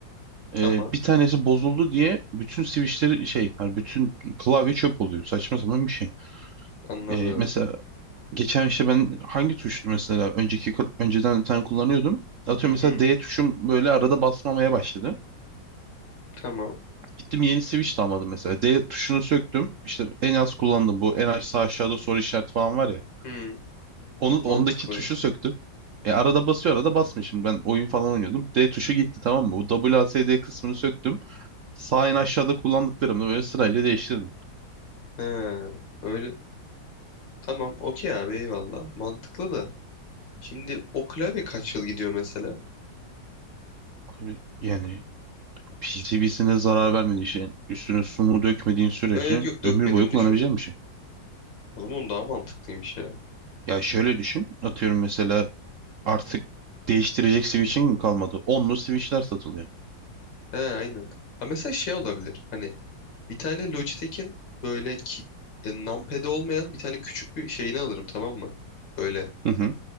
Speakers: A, on the left; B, on the right.
A: Tamam.
B: Ee, bir tanesi bozuldu diye bütün switch'leri şey, yani bütün klavye çöp oluyor. Saçma sapan bir şey.
A: Anladım.
B: Ee, mesela geçen işte ben hangi tuştu mesela önceki önceden bir tane kullanıyordum. Atıyorum
A: Hı hı.
B: mesela D tuşum böyle arada basmamaya başladı.
A: Tamam.
B: Gittim yeni switch de almadım mesela. D tuşunu söktüm. İşte en az kullandım bu. En aşağı aşağıda soru işareti falan var ya.
A: Hı.
B: Onu,
A: Mantıklı.
B: ondaki tuşu söktüm. E arada basıyor arada basmıyor. Şimdi ben oyun falan oynuyordum. D tuşu gitti tamam mı? Bu W, A, S, D kısmını söktüm. Sağ en aşağıda kullandıklarımı böyle sırayla değiştirdim.
A: He. Öyle. Tamam okey abi eyvallah. Mantıklı da. Şimdi o klavye kaç yıl gidiyor mesela?
B: Abi, yani PCB'sine zarar vermediği şey, üstüne su mu dökmediğin sürece
A: Ha, yok yok dökmedim
B: ömür boyu kullanabileceğin
A: düşün.
B: bir şey.
A: O zaman daha mantıklıymış ya.
B: Ya şöyle düşün. Atıyorum mesela artık değiştirecek switch'in mi kalmadı? Onlu switch'ler satılıyor.
A: He aynen. Ha, mesela şey olabilir. Hani bir tane Logitech'in böyle ki, ya, numpad'i olmayan bir tane küçük bir şeyini alırım tamam mı? Böyle
B: Hı hı.